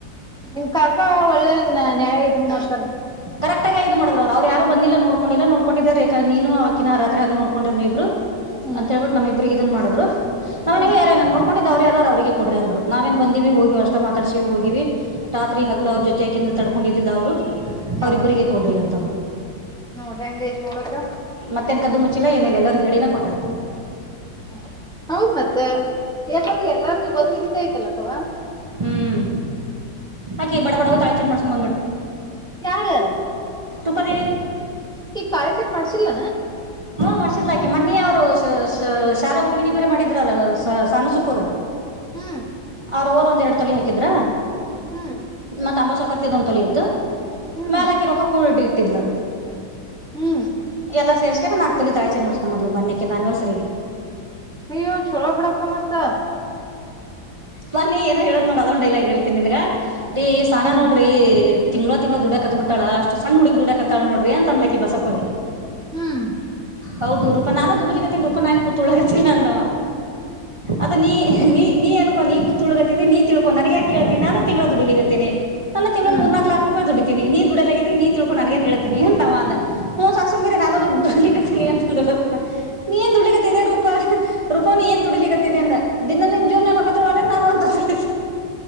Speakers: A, in the centre; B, on the right.
A: ನಿಮ್ ಕಾಕ ಒಳ್ಳೇನ್ ನ್ಯಾಯ ಇದನ್ <unintelligible>
B: ಕರೆಕ್ಟ್ ಆಗಿ ಇದು ಮಾಡ ಅವ್ರರು ಯಾರು ಬಂದಿಲ್ಲ ನೋಕೊಂಡಿಲ್ಲ ನೋಡ್ಕೊಂಡಿದಿದ್ದಾರೆ ನೀನು ಅವಕಿ ರತ್ರಿ ಹಗ ನೋಡ್ಕೊಂಡಿ್ರ ನೀಬ್ರು
A: ಹ್ಮ್
B: ಅಂತ ಹೇಳ್ಬಿಟ್ಟ ನಮ್ಮ ಇಬ್ಬ್ರಗ ಇದನ್ ಮಾಡಿದ್ ನ್
A: ಹ್ಮ್
B: ಮಗ ಯಾರೇನ ನೋಡ್ ಹೊಂಡಿದ್ದ್್ರಾವಾರ್ <unintelligible> ಅವರಿಗೆ ಕೊಡ್ರ ಅಂದರು ನಾವೇನ್ ಬಂದಿವೀ ಹೋಗಿ ಅಷ್ಟ ಮಾತಾಡ್ಿವೀ ಹೋಗಿವಿ ರಾತ್ರಿ
A: ಹ್ಮ್
B: ಹಗ್ಲ ಅವ್ರ ಜೊತೆಕಿಂದ ತಡ್ಕೊಂಡಿದ್ದಿದ್ದ ಅವ್ರು ಅವ್ರಿಬ್ಬ್ರಿಗೆ
A: ನೋಡ್
B: ಕೊಡ್ರಿ ಅಂತಂದ್ರು
A: ನೋಡ್ ಹೆಂಗ ಐತ್ ನೋಡಕ್ಕ
B: ಮತ್ತೆನ್ ಕ ಮುಚ್ಚ ಚಿಲ ಏನೇಿಲ್ಲ <unintelligible> ಎಲ್ಲರೂ ಹೇಳಿನ ಕೊಟ್ಟಾರ
A: ಹ ಹೌದ್ ಮತ್ತತ್ ಯಾಕಂದ್ರೆ ಎಲ್ಲಾರ್ಗ ಗೊತ್ತಿದ್ದಿದ್ದಐ್ತಲ್ಲಕ್ಕವಾ
B: ಹ್ಮ್ ಅಕೆ ಬಡ ಬಡ ಹ <unintelligible> ತಾಳಚೆ ಮಾಡ್ಕೊಂಡ
A: ಯಾರು
B: ರೂಪಾದೇವಿ
A: ಈಗ ತಾಳಿ ಚೈನ್ ಮಾಡ್ಸಿಲ್ಲ
B: ಹ್ಮ ಮಾಡರ್ಸಿದ್ಾಕಿ ಮನ್ನಿ ಅವ್ರು ಶ ಶಾಲಾ ಹುಡುಗಿಣಿ ಬೇರೆ ಮಾಡಿದ್ರಲ್ಲ ಸಾನುಸುಪ್ಪುಗ <unintelligible>
A: ಹ್ಮ್
B: ಅವ್ರೋರ್ ಒಂದ್ ಎರಡು ತೊಲೆ ಹಾಕಿದ್ರ
A: ಹ್ಮ್
B: ಮತ್ತ ಅಂಬ ಸೌಕರ್ತಿದ್ ಒಂದ್ ತೊಲಿ ಇತ್ತು
A: ಹ್ಮ್
B: ಮೇಲಕ್ಕ ಇರೋಕ ಕೂಳಡ್ಡಿ ಇಟ್ಟಿದಲ
A: ಹ್ಮ್
B: ಎಲ್ಲ ಸೇರ್ಸ್ ಶರಣ್ ಆಗ್ತೀ <unintelligible> ತಳಚೆರ್ ಮಾಡ್ಕೊಂಬದ್ ಮನ್ನೆಕಿ ಅನ್ವರ್ರಿಗೆ
A: ಅಯ್ಯೋ ಚಲೋ ಅಕ್ಕ ಬಿಡು ಮತ್ತೆ
B: ಬ ನೀ ಏನೋ ಹೇಳದ್ ನೋಡ ಅದೊಂಡ ೈಲ ಹೇಳ್ತೀನಿ ನಿನ್ಗ ರೀ ಸ್ಾನ
A: ಹ್ಮ್
B: ನೋಡ್ರಿ <unintelligible> ತಿಂಳ ತಿಂಗಳ ದುಡ ಕತ್ಬಿಾಳ ಅ ಸಣ್ಣ ಹುಡುಗ ದುಡ ಕಾಳ ನಡ್ರಿ ಅನ್ಲಕ್ಕೆ ಬಸಪ್ಪಗ
A: ಹ್ಮ್
B: ಹೌದು ರೂಪಾ ನಾನು ದುಗ್ಲಿಿಕತ್ತನ್ಿ ರೂಪಾ ನಾನ್ ಕೂತ್ಳಗತಿಲ್ಲ ಅಂದವ ಅದು ನೀ ನೀ <unintelligible> ನೀ ಅನ್ಕೋ ನೀ ಕುೂ ಉಳ್ಗತ್ತೀ ನೀ ತಿಳ್ಕೊಂಡ ನನ್ ಯ ಕೇಳ್ತೀಿಾನು ತಿಂಳ ದುಡಿಿಲಿಗತ್ತಿನಿ ನಾನು ತಿಂಗಳ
A: ಹ್ಮ್
B: ಮೂರ್ನಾಕ್ ದುಡಿತೀನ ನೀ ದುಡಲ ನೀ ತಿಳ್ಕೊಂಡ ನನ ಏನ್ೇಳ್ತಿನನಿ ಅಂತ ಅ ಹ ಸಾಕ್ಸುೇ ನಾನ ಉಿ ಕತ್ತಲಿ <unintelligible> ಅಂತಂದುಳು ನೀಂದುಳಿ ಕತ್ತಿದೆ ರೂಪ ರುಪಾನ ಏ ದುಡಲಿಿಕತ್ತ ಅಂದ ದಿನದ ನಿನ್ ಜೋ್ ರೊತೊಡಲ್ಲ ನ <unintelligible>